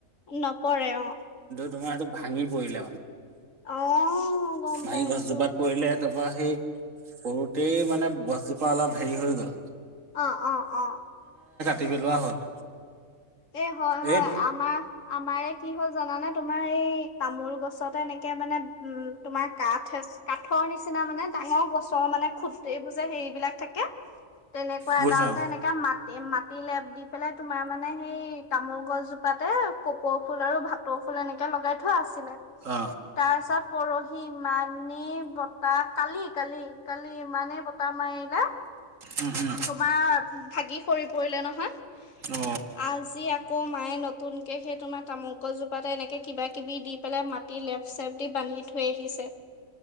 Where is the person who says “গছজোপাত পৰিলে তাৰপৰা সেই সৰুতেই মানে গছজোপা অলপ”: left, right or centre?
Right